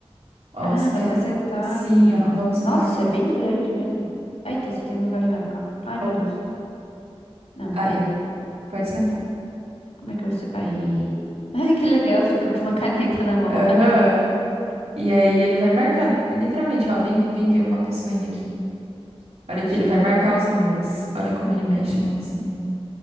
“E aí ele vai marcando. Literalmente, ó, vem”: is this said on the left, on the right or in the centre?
Right